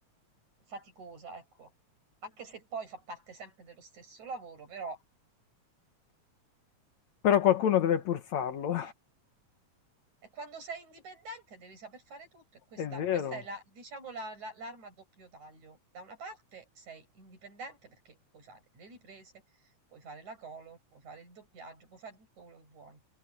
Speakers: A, on the right; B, on the left.
A: faticosa, ecco. Anche se poi fa parte sempre dello stesso lavoro, però.
B: Però qualcuno deve pur farlo.
A: E quando sei indipendente devi saper fare tutto e questa,
B: È vero,
A: questa è la, diciamo la- la- l'arma a doppio taglio. Da una parte sei indipendente perché puoi fare le riprese, puoi fare la color, puoi fare il doppiaggio, puoi fare tutto quello che vuoi.